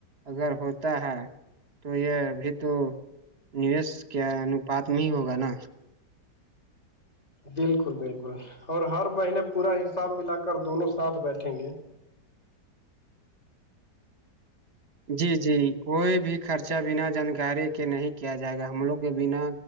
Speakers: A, on the right; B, on the left.
A: اگر ہوتا ہے تو یہ ابھی تو نویش کیا انپات میں ہی ہوگا نا
B: بالکل بالکل اور ہر مہینے پورا حساب ملا کر دونوں ساتھ بیٹھیں گے
A: جی جی کوئی بھی خرچہ بنا جانکاری کے نہیں کیا جائے گا ہم لوگ کے بنا